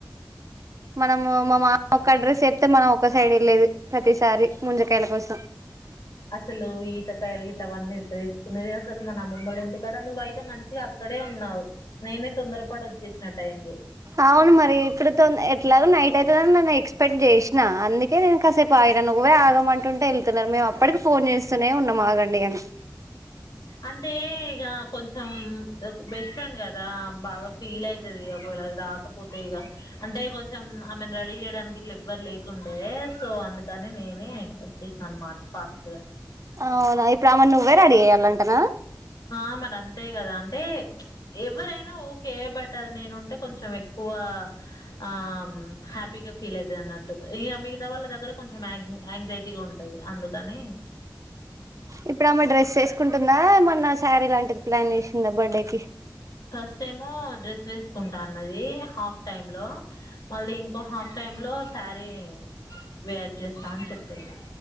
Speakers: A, on the right; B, on the left.
A: మనము మా మామ ఒక అడ్రస్ చెప్తే మనం ఒక సైడ్ వెళ్లేది ప్రతిసారి ముంజకాయల కోసం
B: అసలు ఈతకాయలు ఇట్లావన్నీ ఎట్ తెచ్చుకునేది, అసలు మన అమ్మమ్మలు ఇంటి అక్కడ నువ్వయితే మంచిగా అక్కడే ఉన్నావు నేనే తొందరపడీ వచ్చేసినట్టు అయింది.
A: అవును మరి ఇప్పుడుతో ఎట్లాగో నైట్ అవుతుందని నేను ఎక్స్పెక్ట్ చేసిన. అందుకే నేను కాసేపు ఆగిన నువ్వే ఆగమంటుంటే వెళ్తున్నారు. మేము అప్పటికి ఫోన్ చేస్తూనే ఉన్నాం. ఆగండి అని
B: అంటే ఇక కొంచెం బెస్ట్ ఫ్రెండ్ కదా బాగా ఫీల్ అయితది ఒకవేళ. రాకపోతే ఇక అంటే కొంచెం ఆమెను రెడీ చేయడానికి, ఇట్లా ఎవ్వరు లేకుండే సో అందుకు కాని నేనే వచ్చేసిన అనమాట ఫాస్ట్ గా
A: అవునా ఇప్పుడు ఆమెను నువ్వే రెడీ చేయాలంటానా
B: ఆ మరి అంతే కదా అంటే ఎవరైనా ఓకే, బట్ అది నేనుంటే కొంచెం ఎక్కువ ఆ ఆమ్ హ్యాపీ హ్యాపీ గా ఫీల్ అవుతుంది అన్నట్టు ఇక మిగతా వాళ్ళ దగ్గర కొంచం యాంగ్జైటీగా ఉంటది అందుకని.
A: ఇప్పుడు ఆమె డ్రెస్ వేసుకుంటుందా ఏమన్నా శారీ లాంటిది ప్లాన్ చేసిందా బర్త్డేకి.
B: ఫస్ట్ ఏమో డ్రెస్ వేసుకుంటాన్నది. హాఫ్ టైమ్ లో మళ్ళీ ఇంకో హాఫ్ టైమ్ లో శారీ వేర్ చేస్తా అని చెప్పింది